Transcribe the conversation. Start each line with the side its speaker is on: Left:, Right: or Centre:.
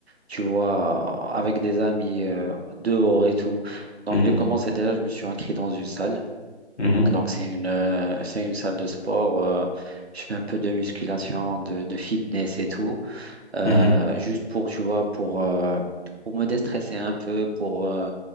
Right: tu vois, avec des amis euh, dehors et tout. Donc
Left: mhm,
Right: j'ai commencé déjà, je me suis inscrit dans une salle.
Left: mhm,
Right: Donc c'est une euh, c'est une salle de sport. euh, je fais un peu de musculation, de, de fitness et tout. euh,
Left: mhm,
Right: juste pour, tu vois, pour, euh, pour me déstresser un peu, pour, euh,